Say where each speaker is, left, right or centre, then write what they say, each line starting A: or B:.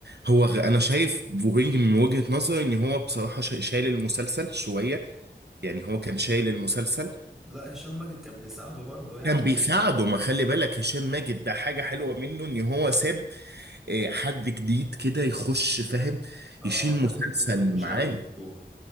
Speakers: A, on the right; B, in the centre.
A: هو غ... أنا شايف بوهينج من وجهة نظري إن هو بصراحة شا- شايل المسلسل شوية يعني هو كان شايل المسلسل
B: هو لا هشام ماجد كان بيساعده برضه يعني
A: كان بيساعده ما خلي بالك هشام ماجد ده حاجة حلوة منه ان هو ساب آه، حد جديد كده يخش فاهم
B: اه
A: يشيل مسلسل
B: ياخد منه ويشاركه
A: معاه
B: الدور